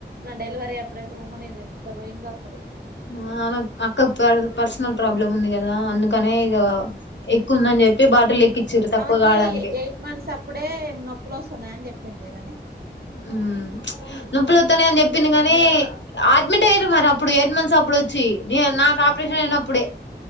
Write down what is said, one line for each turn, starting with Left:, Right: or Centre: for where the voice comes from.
Right: నా డెలివరీ అప్పుడైతే ఉమ్మనీర్ త్త పోయిందో అసలు
Left: అ ఆమెక్ మా అక్కకు పర్సనల్ ప్రాబ్లం ఉంది గదా అందుకనే ఇగ ఎక్కువ ఉందాన్ పెట్టి బాటిల్ ఎక్కిచ్చిరు తక్కువ
Right: ఆమెకి
Left: కావడానికి
Right: ఎయిట్ మంత్స్ అప్పుడే నొప్పులోస్తున్నాయి అని చెప్పింటే గాని
Left: మ్మ్ నొప్పులొత్తాన్నయ్ అని జేప్పింది గానీ అ అడ్మిట్ అయ్యిరు మరి అప్పుడు ఎయిట్ మంత్స్ అప్పుడు వచ్చి నాకు అప్రెషన్ అయినప్పుడే